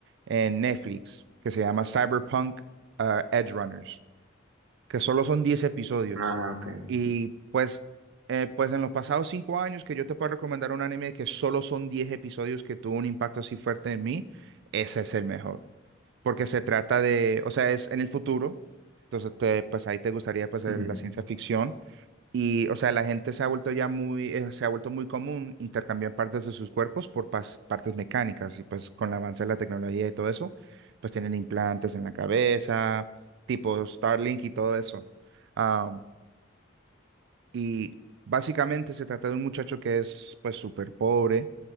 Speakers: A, on the right; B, on the right.
A: en Netflix que se llama Cyberpunk ah, Edge Runners que solo son diez episodios.
B: Ah, ok.
A: Y pues, eh, pues en los pasados 5 años que yo te puedo recomendar un anime que solo son 10 episodios que tuvo un impacto así fuerte en mí, ese es el mejor. Porque se trata de, o sea, es en el futuro. Entonces, te- pues ahí te gustaría pues el-
B: Ujú,
A: la ciencia ficción y, o sea, la gente se ha vuelto ya muy, eh, se ha vuelto muy común intercambiar partes de sus cuerpos por pas- partes mecánicas. Y pues con el avance de la tecnología y todo eso, pues tienen implantes en la cabeza, tipo Starlink y todo eso. Am, y básicamente se trata de un muchacho que es pues súper pobre,